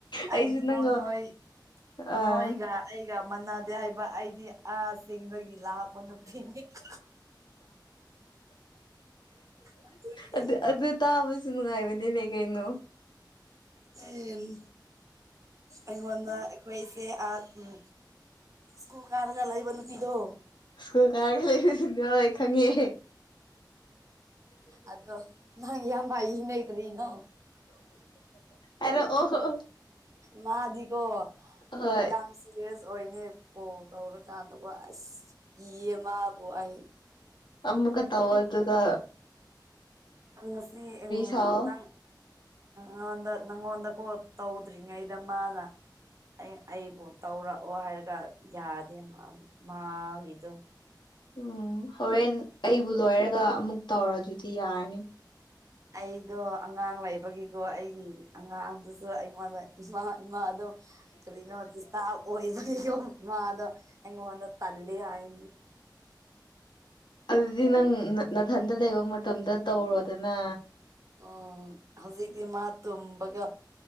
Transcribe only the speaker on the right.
ꯑꯩꯅꯤꯀꯣ
ꯅꯣꯏ
ꯅꯣꯏꯒ ꯑꯩꯒ ꯃꯥꯟꯅꯗꯦ ꯍꯥꯏꯕ ꯑꯩꯗꯤ ꯑꯥ ꯆꯦꯡꯕꯒꯤ ꯂꯥꯛꯥꯛꯄ ꯅꯨꯄꯤꯅꯤ <inaudible> <inaudible> ꯑꯗꯨꯒꯤ
ꯎ ꯑꯩꯉꯣꯟꯗ ꯑꯩꯈꯣꯏꯁꯦ ꯑ ꯎꯝ ꯀꯣ ꯀꯥꯔꯒ ꯂ ꯂꯩꯕ ꯅ ꯄꯤꯗꯣ
ꯑꯗꯣ ꯅꯪ ꯌꯥꯝ ꯄꯥꯏ ꯅꯣꯏ ꯀꯔꯤꯅꯣ
ꯃꯥꯗꯤꯀꯣ
ꯌꯥꯝ ꯁꯤꯦꯔꯤꯌꯁ ꯑꯣꯏꯅꯦ ꯀꯣꯜ ꯇꯧꯔꯀꯥꯟꯗꯀꯣ ꯏ ꯃꯥꯕꯣꯏ
ꯑ ꯁꯤ ꯎ
ꯅꯪ ꯅꯪꯗ ꯅꯪ ꯑꯣꯟꯗꯀꯣ ꯇꯧꯗ꯭ꯔꯤ ꯉꯥꯏꯗꯃꯅ ꯑꯩ ꯑꯩꯕꯨ ꯇꯧꯔꯛꯑꯣ ꯍꯥꯏꯔꯒ ꯌꯥꯗꯦ ꯃꯥꯕꯨ ꯃꯥꯒꯤꯗꯨꯣ
ꯑꯩꯗꯣ ꯑꯉꯥꯡ ꯂꯩꯕꯒꯤꯀꯣ ꯑꯩꯒꯤ ꯑꯉꯥꯡꯗꯨꯁꯨ ꯑꯩꯉꯣꯟꯗ ꯏꯃꯥ ꯏꯃꯥꯗꯣ ꯀꯔꯤꯅꯣ ꯑꯣꯕꯣ ꯃꯥꯗ ꯑꯦꯉ ꯋꯥꯗ ꯇꯂꯂꯤꯌꯥꯗꯤ
ꯑꯣ ꯍꯧꯖꯤꯒꯤꯗꯤ ꯃꯥ ꯇꯕꯒ